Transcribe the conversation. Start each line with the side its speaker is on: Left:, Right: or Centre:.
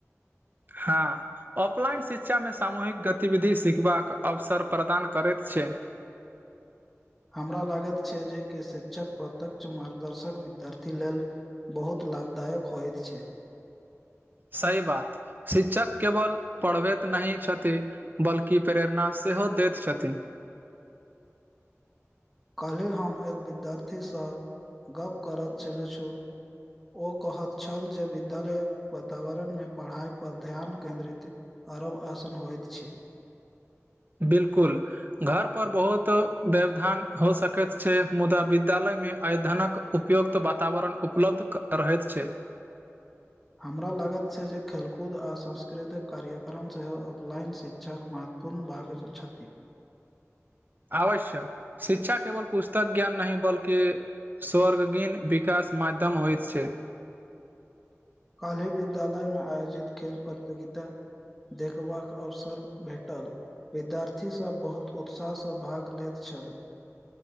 Right: हँ ऑफलाइन शिक्षामे सामूहिक गतिविधि सिखबाक अवसर प्रदान करैत छै
Centre: हमरा लागत छै जे कि शिक्षक प्रत्यक्ष मार्गदर्शक विद्यार्थी लेल बहुत लाभदायक होइत छै
Right: सही बात शिक्षक केवल पड़बैत नही छथी बल्कि प्रेरणा सेहो दैत छथी
Centre: काल्ही हम एक विद्यार्थी स गप करैत छले छु ओ कहैत छल जे विद्यालय वातावरण में पढ़ाइ पर ध्यान केन्द्रित अरब आसन होइत छै
Right: बिल्कुल घर पर बहुत व्यवधान हो सकैत छै मुदा विद्यालय में अय्यधनक उपयुक्त वातावरण उपलब्ध कऽ रहैत छै
Centre: हमरा लागत छै जे खेलकूद आ सांस्कृतिक कार्यक्रम सेहो ऑफलाइन शि क्षा महत्वपूर्ण भाग छती
Right: आवश्य शिक्षा केवल पुस्तक ज्ञान नहीं बल्कि स्वर्गगेन विकास माध्यम होइ छै
Centre: कल ही विद्यालय में आयोजित खेल प्रतियोगिता देखबाक अवसर भेटल विद्यार्थी सब बहुत उत्साह स भाग लेैत छल